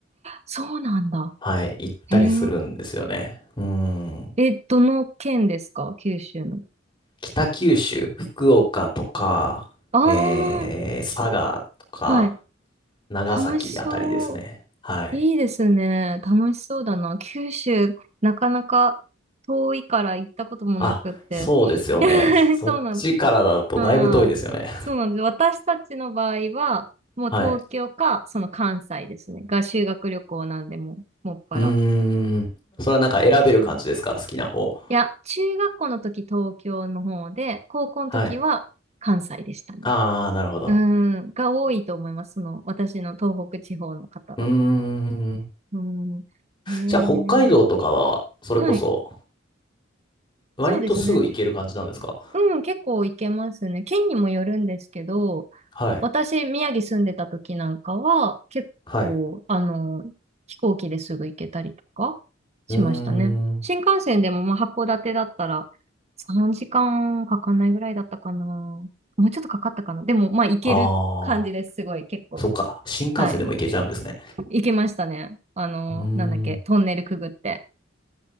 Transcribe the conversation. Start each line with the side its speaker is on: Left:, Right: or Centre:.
Right: そうなんだ。
Left: はい、行ったりするんですよね。
Right: へえ。
Left: うん。
Right: え、どの県ですか九州の。
Left: 北九州、福岡とか、
Right: あ
Left: えー、佐賀とか、
Right: あ、はい。
Left: 長崎あたりですね。
Right: 楽しそう。
Left: はい。
Right: いいですね。楽しそうだな。九州、なかなか遠いから行ったこともなくって。
Left: あ、そうですよね。
Right: <laughs>
Left: そっちからだとだいぶ遠いですよね。
Right: そうなんです、はい。そうなんです。私たちの場合は、もう東京か、
Left: はい。
Right: その関西ですね。が修学旅行なんで、もう、もっぱら。
Left: うーん。それはなんか選べる感じですか好きな方。
Right: ですいや、中学校の時東京の方で、高校の時は関西でしたね。
Left: はい。あー、なるほど。
Right: うん、が多いと思います。その、私の東北地方の方は。
Left: うーん。
Right: うん。へえ。
Left: じゃあ北海道とかは、それこそ、
Right: はい。
Left: 割とすぐ行ける感じなんですか
Right: そうですね。うん、結構行けますね。県にもよるんですけど、
Left: はい。
Right: 私、宮城住んでた時なんかは、結構、
Left: はい。
Right: あの、飛行機ですぐ行けたりとかしましたね。
Left: うーん。
Right: 新幹線でも、まあ、函館だったら3時間かんかかんないぐらいだったかな。もうちょっとかかったかな。でも、まあ、行ける感じです。
Left: あー。
Right: すごい、結構。
Left: そっか。新幹線でも行けちゃうんですね。
Right: はい。行けましたね。あの、
Left: うーん。
Right: なんだっけ、トンネルくぐって。